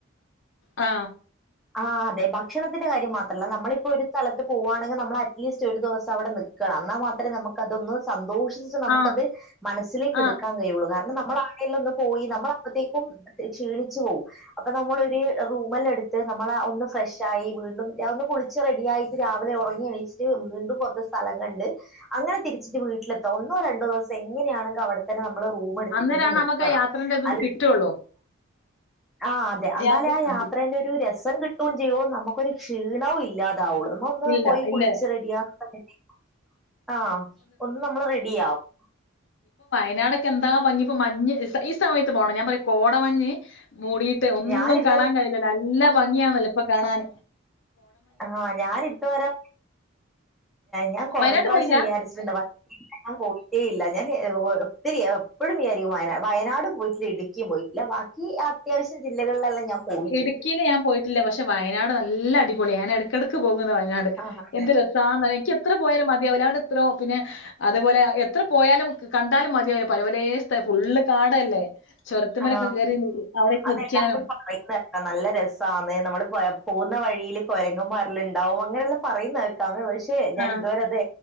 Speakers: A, on the left; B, in the centre.
A: ആ
B: ആ അതെ ഭക്ഷണത്തിന്റെ കാര്യം മാത്രല്ല നമ്മളിപ്പോ ഒരു സ്ഥലത്ത് പോവാണെങ്കി നമ്മൾ അറ്റ്ലീസ്റ്റ് ഒരു ദിവസം അവിടെ നിക്ക എന്നാ മാത്രേ നമുക്കതൊന്ന് സന്തോഷിച്ച് നമുക്കത്
A: ആ
B: മനസ്സിലേക്ക്
A: ആഹ്
B: എടുക്കാൻ കഴിയുള്ളൂ. കാരണം ന നമ്മളാണേ ഒന്ന് പോയി നമ്മളപ്പത്തേക്കും ക്ഷീണിച്ചു പോവും അപ്പൊ നമ്മളൊരു റൂമല്ല എടുത്ത് നമ്മളെ ഒന്ന് ഫ്രഷായി വീണ്ടും ഞാൻ ഒന്ന് കുളിച്ച് റെഡിയായിട്ട് രാവിലെ ഉറങ്ങി എണീച്ചിട്ട് വീണ്ടും പുറ സ്ഥലംകണ്ട് അങ്ങനെ തിരിച്ചിട്ട് വീട്ടിലെത്താം ഒന്നോ രണ്ടോ ദിവസം എങ്ങനാണെങ്കിൽ അവിടെത്തന്നെ നമ്മു നമ്മള് റൂമ് എടുത്തിട്ട്
A: അന്നേരാണ്
B: തന്നെ നിക്കണം.
A: നമുക്ക് ആ യാത്രേന്റെ ഇത്
B: അല്ലങ്കി
A: കിട്ടുള്ളൂ.
B: ആ അതെ അന്നാലാ
A: യാത്ര
B: ആ യാത്രേന്റെ
A: ആഹ്
B: ഒരു രസം കിട്ടുകയും ചെയ്യോ? നമുക്കൊരു ക്ഷീണവും ഇല്ലാതെ അവിടുന്ന് ഒന്ന്
A: ഇല്ല
B: പോയി കുളിച്ച്
A: ഇല്ല
B: റെഡിയാകുമ്പതന്നെ ആ ഒന്ന് നമ്മൾ റെഡിയാവും.
A: വയനാടെക്കെ എന്താ ഭംഗി ഇപ്പം മഞ്ഞ് ഈ സമയത്ത് പോകണം. ഞാൻ പറഞ്ഞ് കോ <unintelligible> മഞ്ഞ് മൂടിട്ട് ഒന്നും
B: ഞാനിതുവരെ
A: കാണാൻ കഴില്ലല്ലോ? എല്ലാ ഭംഗിയന്നല്ലോ ഇപ്പൊ കാണാൻ.
B: ആ ഞാനിതുവരെ ഞാൻ കൊറെ
A: വയനാട്ട്
B: പ്രാവശ്യം
A: പോയില്ല?
B: വിചാരിച്ചിട്ടുണ്ട് വയ ഞാൻ പോയിട്ടേയില്ല ഞാൻ ഒത്തിരി എപ്പോഴും വിചാരിക്കും. വയ വയനാടും പോയിട്ടില്ല ഇടുക്കിയും പോയിട്ടില്ല. ബാക്കി അത്യാവശ്യം ജില്ലകളിലെല്ലാം ഞാൻ പോയിട്ടുണ്ട്
A: ഇടുക്കിയിൽ ഞാൻ പോയിട്ടില്ല. പക്ഷെ വയനാട് നല്ല അടിപൊളി ഞാൻ ഇടക്കിടക്ക് പോകും വയനാട്
B: ആ
A: എന്ത് രസാന്ന് അറി എനിക്ക് എത്ര പോയാലും മതിയാവില്ല അവിടെ എത്രോ പിന്നെ അതുപോലെ എത്ര പോയാലും കണ്ടാലും മതിയല്ലേ. പലപലേ സ്ഥ ഫുള്ള് കാടല്ലേ? ചൊരത്തുമ്മലൊക്കെ
B: ആ
A: കേറി അവിടെയൊക്കെ
B: അതെല്ലാർക്കും
A: ഇരിക്കാനും
B: പറയുന്ന് നല്ല രസാന്ന് നമ്മള് പോകുന്ന വഴിയില് കൊരങ്ങമാരെല്ലാം ഉണ്ടാവും. അങ്ങനെല്ലാം പറയുന്ന കേക്കാം. പക്ഷെ ഞാൻ
A: ആഹ്
B: ഇതുവരെ അത്